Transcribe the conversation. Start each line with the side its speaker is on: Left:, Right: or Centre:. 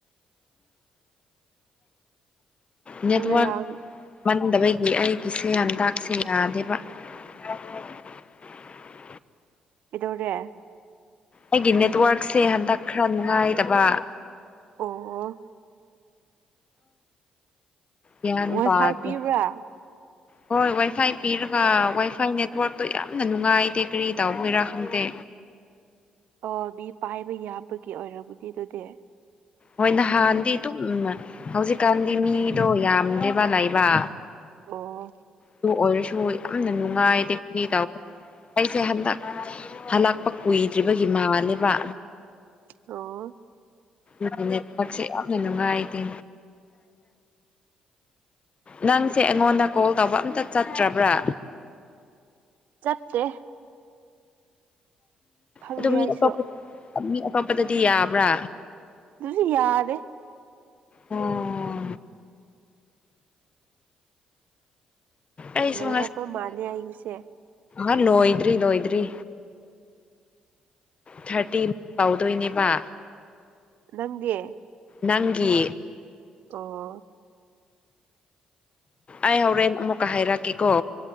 Left: ꯅꯦꯠꯋꯥꯛ
Right: ꯉꯔꯥꯡ
Left: ꯃꯟꯗꯕꯒꯤ ꯑꯩꯒꯤꯁꯦ ꯍꯟꯗꯥꯛꯁꯦ ꯌꯥꯗꯦꯕ <unintelligible>
Right: ꯀꯩꯗꯧꯔꯦ
Left: ꯑꯩꯒꯤ ꯅꯦꯠꯋꯥꯛꯁꯦ ꯍꯟꯗꯛ ꯈꯔ ꯅꯨꯡꯉꯥꯏꯇꯕ
Right: ꯑꯣ
Left: ꯌ‌ꯦꯡꯉꯟꯕ
Right: ꯋꯥꯏꯐꯥꯏ
Left: ꯑꯗꯨ
Right: ꯄꯤꯕ꯭ꯔꯥ
Left: ꯍꯣꯏ ꯋꯥꯏ ꯐꯥꯏ ꯄꯤꯔꯒ ꯋꯥꯏ ꯐꯥꯏ ꯅꯦꯠꯋꯥ‍꯭ꯔꯛꯇꯣ ꯌꯥꯝꯅ ꯅꯨꯡꯉꯥꯏꯇꯦ ꯀꯔꯤ ꯇꯧꯕꯒꯤꯔꯥ ꯈꯪꯗꯦ
Right: ꯑꯣ ꯃꯤ ꯄꯥꯏꯕ ꯌꯥꯕꯒꯤ ꯑꯣꯏꯔꯝꯃꯅꯤ ꯑꯗꯨꯗꯤ
Left: ꯍꯣꯏ ꯅꯍꯥꯟꯗꯤ ꯑꯗꯨꯝ ꯍꯧꯖꯤꯛꯀꯥꯟꯗꯤ ꯃꯤꯗꯣ ꯌꯥꯝꯗꯦꯕ ꯂꯩꯕ
Right: ꯑꯣ
Left: ꯑꯗꯨ ꯑꯣꯏꯔꯁꯨ ꯌꯥꯝꯅ ꯅꯨꯡꯉꯥꯏꯇꯦ ꯀ꯭ꯔꯤ ꯇꯧ ꯑꯩꯁꯦ ꯍꯟꯗꯛ ꯍꯜꯂꯛꯄ ꯀꯨꯏꯗ꯭ꯔꯤꯕꯒꯤ ꯃꯥꯜꯂꯦꯕ
Right: ꯑꯣ
Left: ꯑꯗꯨꯕꯨꯅꯦ ꯄ‌ꯣꯠꯁꯦ ꯌꯥꯝꯅ ꯅꯨꯡꯉꯥꯢꯇꯦ ꯅꯪꯁꯦ ꯑꯩꯉꯣꯟꯗ ꯀꯣꯜ ꯇꯧꯕ ꯑꯝꯇ ꯆꯠꯇ꯭ꯔꯕ꯭ꯔꯥ
Right: ꯆꯠꯇꯦ ꯈꯪꯗꯦ
Left: ꯑꯗꯨ ꯃꯤ
Right: ꯑꯩꯁꯨ
Left: ꯑꯇꯣꯞꯄ ꯃꯤ ꯑꯇꯣꯞꯄꯗꯗꯤ ꯌꯥꯕ꯭ꯔꯥ
Right: ꯗꯨꯗꯤ ꯌꯥꯗꯦ
Left: ꯑꯣ ꯑꯩꯁꯨ
Right: ꯂꯣꯏꯔꯕ
Left: ꯉꯁꯤ
Right: ꯃꯥꯜꯂꯦ ꯑꯩꯒꯤꯁꯦ
Left: ꯑ <unintelligible> ꯂꯣꯏꯗ꯭ꯔꯤ ꯂꯣꯏꯗ꯭ꯔꯤ ꯊ꯭ꯔꯇꯤꯟ ꯇꯧꯗꯣꯏꯅꯦꯕ
Right: ꯅꯪꯗꯤ
Left: ꯅꯪꯒꯤ
Right: ꯑꯣ
Left: ꯑꯩ ꯍꯣꯔꯦꯟ ꯑꯃꯨꯛꯀ ꯍꯥꯏꯔꯛꯀꯦꯀꯣ